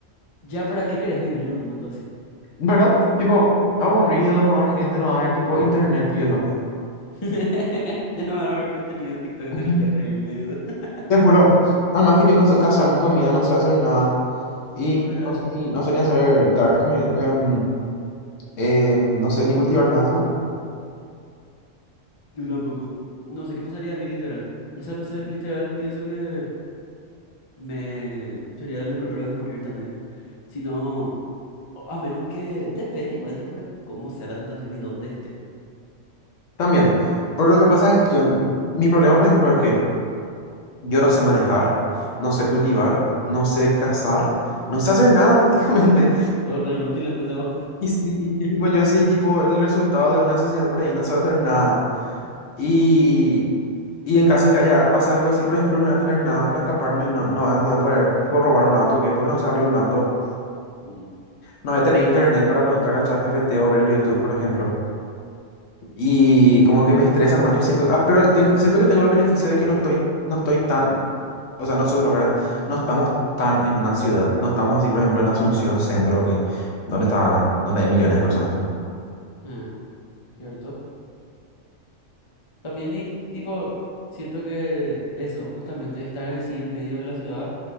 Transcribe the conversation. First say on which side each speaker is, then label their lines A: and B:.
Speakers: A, on the left (about 30°); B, on the left (about 70°).
A: ya para qué querés vivir en un mundo así.
B: ¿Verdad? Tipo, aburrido, no va a haber gente, no va a haber tipo internet y eso.
A: <laughs> Ya no va a haber contenido en TikTok del
B: Ujú.
A: que reírme. y eso. <laughs>
B: Te juro. Además que yo no sé cazar mi comida, no sé hacer nada.
A: No,
B: Y
A: real.
B: no sé ni, no sé ni hacer gar, como, em, em, no sé ni cultivar nada tampoco.
A: Yo tampoco. No sé qué pasaría a mí, literal. O sea, no sé, literal, pienso que me sería de los primeros en morir también. Si no, o- a menos que depende igual, tipo, de cómo sea la situación y dónde esté.
B: También. Pero lo que pasa es que yo, mi problema, por ejemplo, es que yo no sé manejar, no sé cultivar, no sé cazar, no sé hacer nada <laughs> prácticamente.
A: Todo re inútil, entonces <laughs> vos.
B: Y sí, y tipo, yo soy tipo el resultado de una sociedad por ahí, no sé hacer nada. Y, y en caso de que haya, pase algo así, por ejemplo, no voy a tener nada para escaparme, no, no, no voy a poder tipo robar un auto, ¿qué? Porque no sé abrir un auto.
A: Mm,
B: No voy a tener internet para preguntar a ChatGPT o ver en YouTube, por ejemplo. Y como que me estresan más, yo siento, ah, pero ten- siento que tengo el beneficio de que no estoy, no estoy tan, o sea, nosotros, ¿verdad? No estamos tan en una ciudad, no estamos así, por ejemplo, en Asunción Centro, que, donde está, donde hay millones de personas.
A: ah ¿cierto? También y tipo, siento que eso, justamente estar en sí en medio de la ciudad,